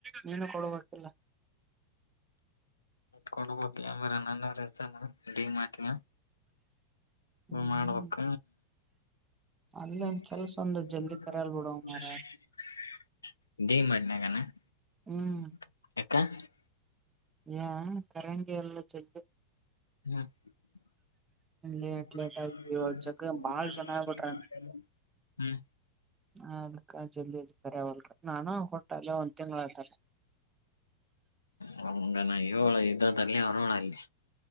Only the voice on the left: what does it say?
ಕೊಡ್ಬಬೇಕಕ್ ಎಂಬರ ನನ್ನರ ಮಾಟಿನ
ಮಾಡುವಕ್ಕ ಕೆಜಿ
ಮಾಡಾರಿನಗ ಎಾ
ಹ್ಮ ಗುಜ್
ಜ್ಹ್ಗ್
ಹ್ಮ
ಹ ಇಳ ಇದದಲ್ಲಿ ಅವರೋಳ ಅಲ್ಲಿ